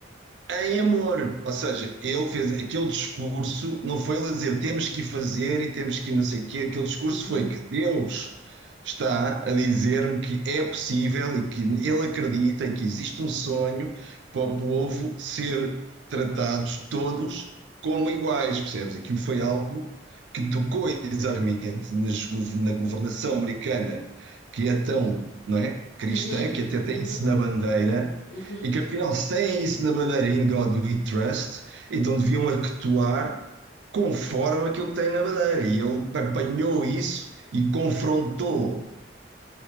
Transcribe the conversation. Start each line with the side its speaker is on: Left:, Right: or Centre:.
Right: É Em amor, ou seja, ele fez aquele discurso, não foi ele a dizer temos que fazer e temos que não sei o quê, aquele discurso
Left: uhum,
Right: foi que Deus está a dizer-me que é possível e que ele acredita que existe um sonho para o povo ser tratados todos como iguais, percebes? Aquilo foi algo que tocou exatamente nas gov- na governação americana, que é tão, não é, cristã,
Left: uhum,
Right: que até tem
Left: uhum,
Right: isso na bandeira
Left: uhum,
Right: e que afinal, se têm isso na bandeira In God We Trust, então deviam actuar conforme aquilo que têm na bandeira. E ele apanhou isso e confrontou